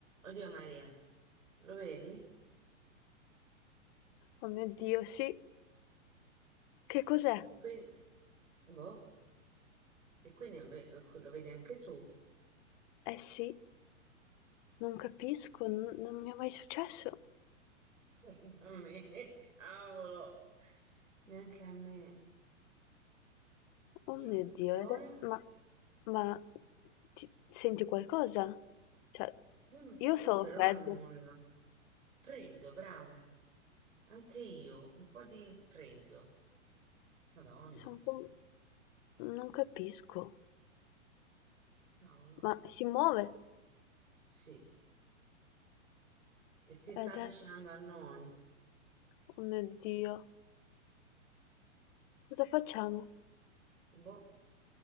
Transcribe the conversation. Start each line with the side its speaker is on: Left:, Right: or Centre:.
Right: Oddio Maria, lo vedi?
Left: Oh mio Dio, sì. Che cos'è?
Right: E quindi, boh, e quindi è ve- lo vedi anche tu?
Left: Eh sì, non capisco, n- non mi è mai successo.
Right: <laughs> A me, cavolo, neanche a me, io.
Left: Oh mio Dio,
Right: E ora?
Left: ed è- ma, ma ti- senti qualcosa? Cioè,
Right: Io, n-
Left: io
Right: io
Left: sono
Right: per
Left: freddo,
Right: ora nulla. Freddo, brava. Anche io, un po' di freddo. Madonna,
Left: sono com- non capisco,
Right: cavolo.
Left: ma si muove.
Right: Sì, e si sta
Left: E adesso,
Right: avvicinando a noi.
Left: oh mio Dio, cosa facciamo?
Right: Boh,